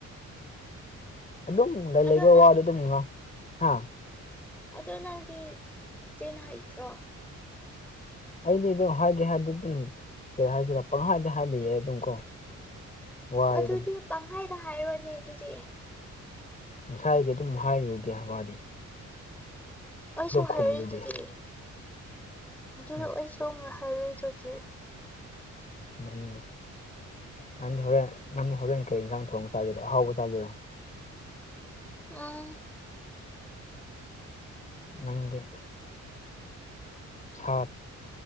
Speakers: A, on the left; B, in the centre.
A: ꯑꯗꯨꯝ ꯂꯩꯕ
B: ꯑꯗꯣ ꯅꯪ
A: ꯋꯥꯗꯤ ꯑꯗꯨꯝ ꯏꯃ ꯍꯥ
B: ꯑꯗ ꯅꯪꯗꯤ ꯆꯦ ꯍꯩꯇ꯭ꯔꯣ
A: ꯑꯩꯗꯤ ꯑꯗꯨ ꯍꯥꯏꯒꯦ ꯍꯥꯏꯕꯗꯤ ꯀꯩ ꯍꯥꯏꯁꯤꯔꯥ ꯄꯪꯍꯥꯏꯗ ꯍꯥꯏꯕꯤꯌꯦ ꯑꯗꯨꯝ ꯀꯣ ꯋꯥꯗꯤ
B: ꯑꯗꯨꯗꯤ
A: ꯑꯗꯨꯝ
B: ꯄꯪꯍꯥꯏꯗ ꯍꯥꯏꯔꯣꯅꯦ ꯑꯗꯨꯗꯤ
A: ꯉꯁꯥꯏꯒꯤ ꯑꯗꯨꯝ ꯍꯥꯏꯔꯤꯗꯨꯗꯤꯕꯥꯗꯤ
B: ꯑꯩꯁꯨ
A: ꯈꯨꯝꯃꯤꯗꯨꯗꯤ
B: ꯍꯥꯏꯔꯗꯨꯗꯤ ꯑꯗꯨ
A: ꯎꯝ
B: ꯑꯩꯁꯨ ꯍꯥꯏꯔꯏꯗꯨꯗꯤ
A: ꯅꯪ ꯅꯪꯗꯤ ꯍꯣꯔꯦꯟ ꯅꯪꯗꯤ ꯍꯣꯔꯦꯟ ꯀꯩ ꯏꯟꯖꯥꯡ ꯊꯣꯡꯕ ꯆꯥꯒꯦꯔꯣ ꯑꯍꯥꯎꯕ ꯆꯥꯒꯦꯔꯣ
B: ꯎꯝ
A: ꯅꯪꯗꯤ ꯁꯥ